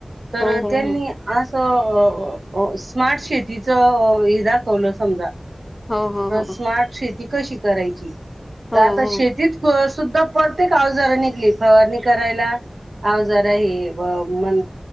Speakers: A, on the right; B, on the left.
A: तर
B: हो हो
A: त्यांनी असं स्मार्ट शेतीचं हे दाखवलं समजा
B: हो हो
A: स्मार्ट शेती कशी करायची
B: हो हो
A: तर आता शेतीत सुद्धा परतेक आवजार निघली फवारणी करायला आवजार आहे मण